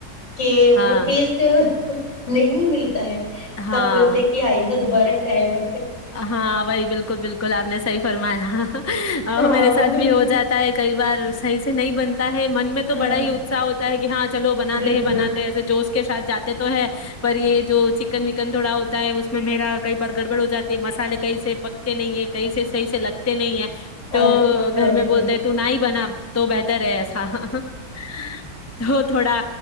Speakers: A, on the left; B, on the left.
A: کہ وہ
B: ہاں
A: ٹیسٹ نہیں ملتی تب
B: ہاں
A: بولتے کہ آئندہ دوبارہ ٹرائی م
B: ہاں وہی بالکل بالکل آپ نے صی فرمایا اور
A: ہاں
B: میرے ساتھ
A: بالکل
B: بھی ہو جاتا ہے کئی بار صح سے نہیں بنتی ہے من میں تو
A: ہاں
B: بڑا ہی اتساہ ہوتا ہے کہ ہاں چلو بناتے
A: بالکل
B: ہیں بناتے ایسے جوش کے سھ جاتے تو ہے پر یہ جو چکن وکن تھوڑا ہوتا ہے اس میں میرا کئی بار گڑبڑ ہو جاتا ہے مسالے کہیں سے پکتے نہیں ہے کہیں سے صحیح سے لگتے نہیں ہے تو
A: ارے ہاں
B: گھر میں
A: ہاں
B: بولتے ہیں تو نہ ہی بنا تو بہتر ہے ایسا تو تھوڑا